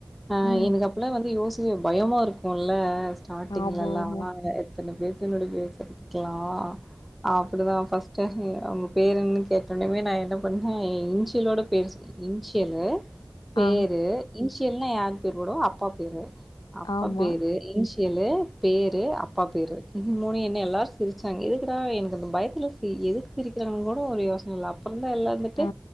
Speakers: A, in the centre; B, on the left (about 70°).
A: ஆ
B: ம்
A: எனுக் அப்புல வந்து யோசி இது பயமா இருக்கும்ல ஸ்டார்டிங்ல
B: ஆமா
A: எல்லா
B: ஆமா
A: நாங்க எத்தன பேர் என்னுடைய பேசண்ட்க்கெல்லா அப்படிதா ஃபஸ்ட் டைம் இ அவுங்க பேரு என்னனு கேட்டொன்னமே நா என்ன பண் <unintelligible> இன்ஷியலோட பேரு <unintelligible> இன்ஷியலு பேரு
B: ஆ
A: இன் இன்ஷியல்னா யார் பேர் போடுவோ அப்பா பேரு அப்பா
B: ஆமா
A: பேரு இன்ஷி சியலு பேரு அப்பா பேரு இது மூணு என்ன எல்லாரு சிரிச்சாங்க எதுக்குடா எனக்கு அந்த பயத்தில்ல சிரி எதுக்கு சிரிக்கிறாங்க கூட ஒரு யோசனை இல்லை அப்பறம்தா <unintelligible> எல்லா இர்ந்துட்டு
B: ஆ